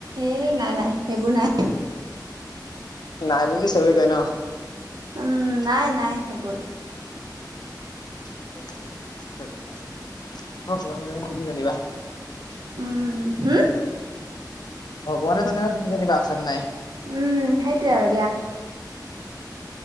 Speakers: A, on the right; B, on the left.
A: এই নাই নাই সেইবোৰ নাই।
B: নাই বুলি চবেই কয় ন।
A: উম নাই নাই সেইবোৰ।
B: <inaudible>
A: উম হুম।
B: ভগৱানে জানে আৰু তুমি যানিবা আছে নে নাই।
A: উম সেইটোৱে আৰু দিয়া।